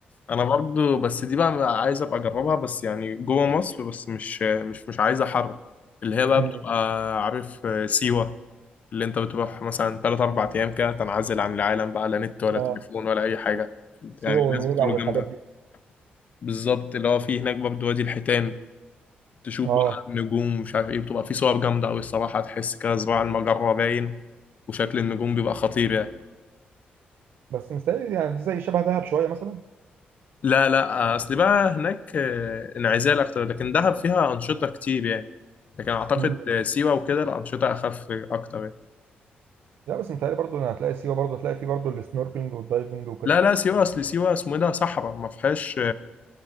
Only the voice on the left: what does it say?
انا برضو بس دي بقى عايز ابقى اجربها بس يعني جوه مصر بس مش مش مش عايز حر اللي هي بقى
بتبقى عارف آه، سيوة اللي انت بتروح مثلا 3 4 ايام كده تنعزل عن العالم بقى لا نت ولا
تليفون ولا اي حاجة يعني
الناس
بتقولوا
جامدة
بالظبط اللي هو في هناك برضو وادي الحيتان تشوف
بقى النجوم مش عارف ايه بتبقى في صور جامدة قوي الصراحة تحس كده صباع المجرة باين وشكل النجوم بيبقى خطير يعني
لا لا اصل بقى هناك آه، انعزال اكتر لكن دهب فيها انشطة كتير يعني لكن اعتقد
سيوه وكده الانشطه اخف اكتر يعني.
لا لا سيوه اصل سيوه اسمه إيه ده صحراء ما فيهاش